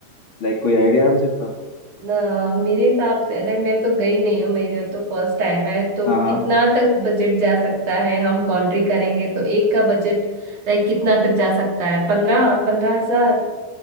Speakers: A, on the left; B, on the right.
A: लाइक कोई आइडिया है बजट का
B: ना मेरे हिसाब से लाइक मैं तो गई नहीं हूँ मेरा तो फर्स्ट टाइम है तो
A: हाँ हाँ
B: कितना तक बजट जा सकता है हम कंट्री करेंगे तो एक का बजट लाइक कितना तक जा सकता है पंद्रह पंद्रह हजार